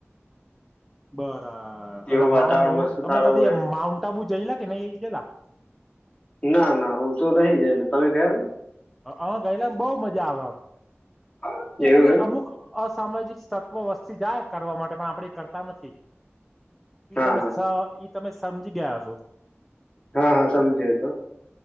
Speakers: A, in the centre; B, on the left.
A: બરા, અને
B: એવું વાતાવરણ
A: માઉ અન,
B: મસ્ત
A: તમે
B: સારું
A: કદી
B: હોય
A: માઉન્ટ આબુ જયેલા કે નઈ એ જયેલા?
B: ના, ના હું તો નહીં જયેલો, તમે ગયા તા?
A: અહં ગયેલાન બહું મજા આવે આમ,
B: હતા
A: એટલે
B: એવું એમ
A: અમુક અસામાજિક તત્વો વસ્તી જાય કરવા માટે પણ આપડે એ કરતા નથી. ઈ
B: હા
A: તમે
B: હા
A: સ ઈ તમે સમજી ગયા હશો.
B: હા, હા સમજાય એ તો.